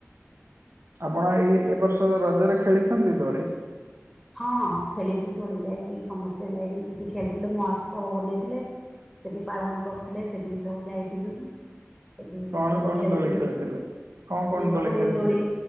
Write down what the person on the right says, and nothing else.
ଆପଣ ଏଇ ଏ ବର୍ଷ ରଜରେ ଖେଳିଛନ୍ତି ଦୋଳି?
କଣ
କଣ
ଖେଳିଥିଲେ? କଣ କଣ
ଖେଳିଥିଲେ?